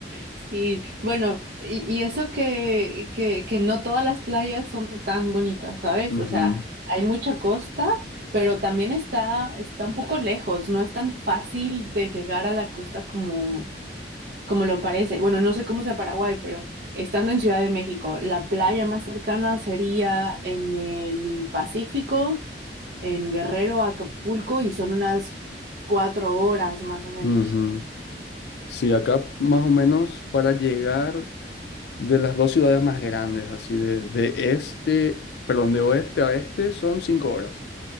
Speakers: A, on the right; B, on the left.
A: Sí, bueno, y, y eso que, que, que no todas las playas son tan bonitas, ¿sabes?
B: Ujú,
A: O sea, hay mucha costa, pero también está, está un poco lejos, no es tan fácil de llegar a la costa como, como lo parece. Bueno, no sé cómo sea Paraguay, pero estando en Ciudad de México, la playa más cercana sería en el Pacífico, en Guerrero, Acapulco, y son unas cuatro horas más o menos.
B: ujú. Sí, acá más o menos para llegar de las dos ciudades más grandes, así de, de este, perdón, de oeste a este son cinco horas.